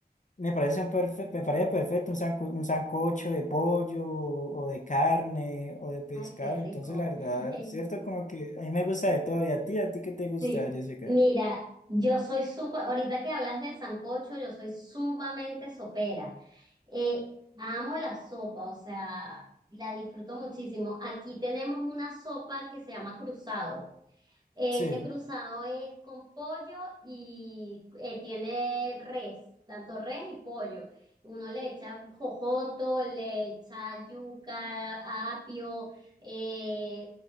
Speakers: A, on the left; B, on the right.
A: me parece un perfe- me parece perfecto un, sanco- un sancocho de pollo o de carne o de pescado,
B: Ay, qué
A: entonces
B: rico.
A: la verdad,
B: <laughs>
A: ¿cierto? Como que a mí me gusta de todo, y a ti, ¿a ti qué te gusta,
B: Sí,
A: Jessica?
B: mira, yo soy súper, ahorita que hablas del sancocho, yo soy sumamente sopera. Eh, amo la sopa, o sea, la disfruto muchísimo. Aquí tenemos una sopa que se llama cruzado. Ese
A: Sí.
B: cruzado es con pollo y eh, tiene res, tanto res y pollo. Uno le echa jojoto, le echa yuca, apio, eh,